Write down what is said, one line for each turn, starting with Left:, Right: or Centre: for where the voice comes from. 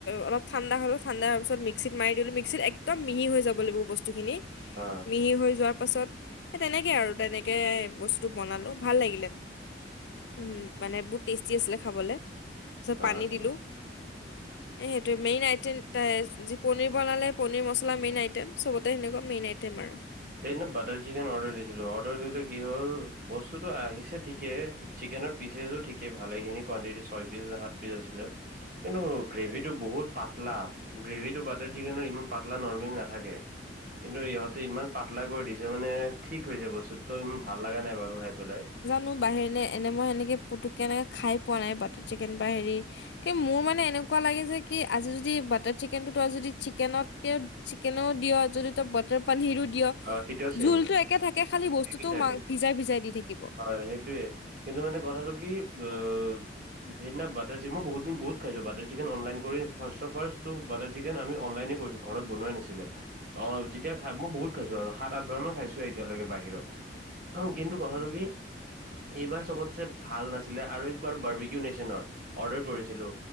Left: অলপ ঠাণ্ডা হ'লো ঠাণ্ডা হোৱা পাছত মিক্সিত মাৰি দিলো মিক্সিত এক একদম মিহি হৈ যাব লাগিব বস্তুখিনি
Right: অ
Left: মিহি হৈ যোৱাৰ পাছত এ তেনেকে আৰু তেনেকে বস্তুটো বনালো ভাল লাগিলে। উম মানে বহুত টেষ্টি আছিলে খাবলে তাৰিছত
Right: অ
Left: পানী
Right: অ
Left: দিলো। এই সেইটোৱে মেইন আইটেম তা যি পনীৰ বনালে পনীৰ মছলা মেইন আইটেম চবতে সেনেকুৱা মেইন আইটেম আৰু।
Right: এই ন বাটাৰ চিকেন অৰ্ডাৰ দিছিলো অৰ্ডাৰ দিওঁতে কি হ'ল বস্তুটো আহিছে ঠিকে চিকেনৰ পিচেজো ঠিকে ভালেখিনি কোৱাণ্টিটি ছয় পিচ নে সাত পিচ আছিলে কিন্তু গ্ৰেভিটো বহুত পাতলা গ্ৰেভিটো বাটাৰ চিকেনৰ ইমান পাতলা নৰ্মেল নাথাকে কিন্তু ইহঁতে ইমান পাতলা কৰি দিছে মানে ঠিক হৈছে বস্তুতো ইমান ভাল লগা নাই বাৰু খাই পেলাই।
Left: নো বাহিৰ ন এনে মই এনেকে পুতুকে এনেকে খাই পোৱা নাই বাটাৰ চিকেন বা হেৰি কি মোৰ মানে এনেকুৱা লাগে যে কি আজি যদি বাটাৰ চিকেনটো তই যদি চিকেনতকেও চিকেনও দিয়, যদি ত বাটাৰ পনীৰো দিয়
Right: অ তেতিয়াও ছেম
Left: জোলতো
Right: হয়
Left: একে থাকে খালি বস্তুটোও
Right: কি থাকে
Left: মাং- ভিজাই ভিজাই দি থাকি কিব
Right: হয় সেইটোয়ে কিন্তু মানে কথাটো কি অব- সেইদিনা বাটাৰ চিকে মই বহুত দিন বহুত খাইছো বাটাৰ চিকেন অনলাইন কৰি ফাৰ্ষ্ট ট ফাৰ্ষ্ট টো বাটাৰ চিকেন আমি অনলাইনে কৰিছো। ঘৰত বনাৱাই নাছিলে অ যেতিয়া খাই মই বহুত খাইছো আৰু সাত আঠ বাৰ মান খাইছো আৰু এতিালৈকে বাহিৰত। আৰু কিন্তু কথাটো
Left: উম,
Right: কি?
Left: উম।
Right: এইবাৰ চবতচে ভাল নাছিলে আৰু একবাৰ বাৰ্বিকি নেচনৰ অৰ্ডাৰ কৰিছিলোঁ।